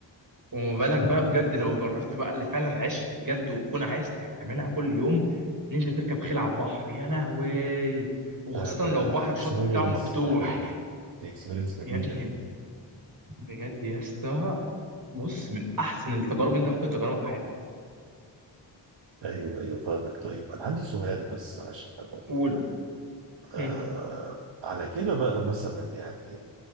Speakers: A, on the right; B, on the right.
A: وما بالك بقى بجد لو جربت بقى اللي فعلا عشت بجد وتكون عايز تعملها كل يوم ان انت تركب خيل على البحر يا لهوي وخاصة
B: ده ده
A: لو البحر
B: اكسبيرينس
A: الشط بتاعه مفتوح
B: دي اكسبيرينس جميلة
A: يا ابني
B: دي
A: بجد يا اسطى بص من احسن التجارب انت ممكن تجربها في حياتك
B: ايوه ايوه فاهمك طيب انا عندي سؤال بس عشان ابقى فاهم
A: قول
B: آه
A: هم.
B: على كده بقى مثلا يعني